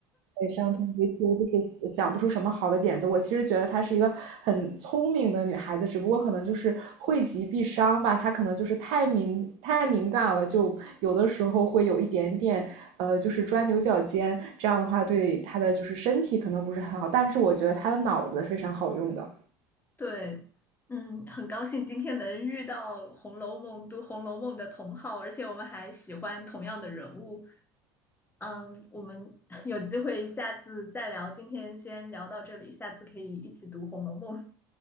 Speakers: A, on the right; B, on the left.
A: 对，上天为秋就是想想不出什么好的点子。我其实觉得她是一个很聪明的女孩子，只不过可能就是惠及必伤吧。她可能就是太敏太敏感了，就有的时候会有一点点，呃，就是钻牛角尖。这样的话，对她的就是身体可能不是很好。但是我觉得她的脑子是非常好用的。
B: 对，嗯，很高兴今天能遇到《红楼梦》读《红楼梦》的同好，而且我们还喜欢同样的人物。嗯，我们 <laughs> 有机会下次再聊，今天先聊到这里，下次可以一起读《红楼梦》。